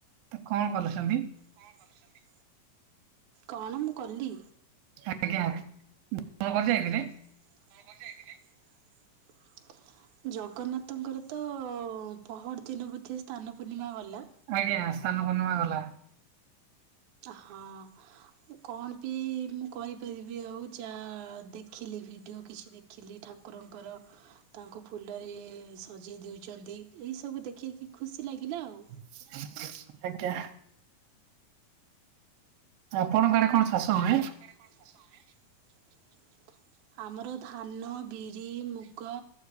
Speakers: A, on the right; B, on the right.
A: ତ କଣ କରୁଛନ୍ତି।
B: କଣ କରୁଛନ୍ତି? କଣ ମୁଁ କଲି।
A: ଆଜ୍ଞା <unintelligible>
B: <unintelligible> ଜଗନ୍ନାଥଙ୍କର ତ ପହର ଦିନ ବୋଧେ ସ୍ନାନ ପୂର୍ଣ୍ଣିମା ଗଲା।
A: ଆଜ୍ଞା ସ୍ନାନ ପୂର୍ଣ୍ଣିମା ଗଲା
B: ହଁ। କଣ ବି ମୁଁ କରିପାରିବି ଆଉ ଯା ଦେଖିଲି ବି ଭିଡ଼ିଓ କିଛି ଦେଖିଲି ଠାକୁରଙ୍କର ତାଙ୍କୁ ଫୁଲରେ ସଜେଇ ଦେଉଛନ୍ତି। ଏଇସବୁ ଦେଖେଇକି ଖୁସି ଲାଗିଲା ଆଉ।
A: <unintelligible> ଆଜ୍ଞା ଆପଣଙ୍କ ଆଡ଼େ କଣ ଚାଷ ହୁଏ?
B: ଆପଣଙ୍କ ଗାଁରେ କଣ ଚାଷ ହୁଏ? ଆମର ଧାନ, ବିରି, ମୁଗ